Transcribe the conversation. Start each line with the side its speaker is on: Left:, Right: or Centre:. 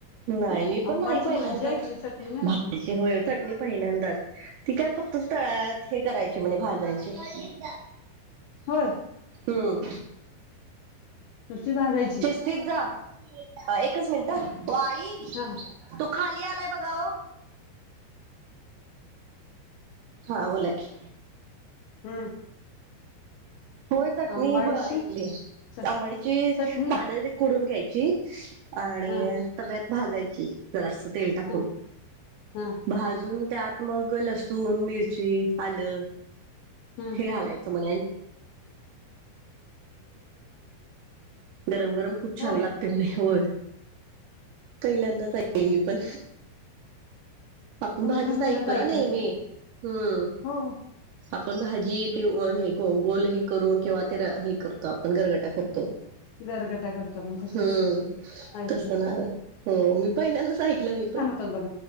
Right: नाही मी पण
Left: आंबाडीची
Right: नाही पहिल्यांदाच
Left: भाजी ऐकली चटणी नाही
Right: भाजची
Left: ऐकली
Right: वळ <unintelligible> चटणी पहिल्यांदाच ती काय फक्त तळत हे करायची म्हणे भाजायचीच
Left: होय
Right: हम
Left: नुसती भाजायची?
Right: पिझ्झा? एकच मिनटं आ वो आई
Left: हा
Right: तो खाली आलाय बघा ओ हा बोला की
Left: हम्
Right: होय चटणी
Left: आंबाडीची
Right: ब ऐकली
Left: चट
Right: आंबाडीची
Left: चटणी
Right: पानं खुडून घ्यायची आणि
Left: हा
Right: तव्यात भाजायची जरासं तेल टाकून
Left: हा हा
Right: भाजून त्यात मग लसूण, मिरची, आलं
Left: हम्म
Right: च घ म्हण मम खूप छान
Left: होय
Right: लागते म्हणे हो पहिल्यांदाचईल
Left: अच्छा
Right: मी पण आपण
Left: तुम्ही
Right: भाजीच
Left: पण पहिल्यांदा
Right: ऐकतो
Left: ऐकलंय
Right: ना नेहमी
Left: खरं
Right: हम्म
Left: हो
Right: आपण भाजी ते हे गोल हे करून किंवा ते हे करतो आपण घरगटा खतो
Left: गरगटा करतो पण तसं
Right: हम्म
Left: ऐकलंय
Right: तस नाही हो मी पहिल्यांदच ऐकलं मी पण
Left: बघ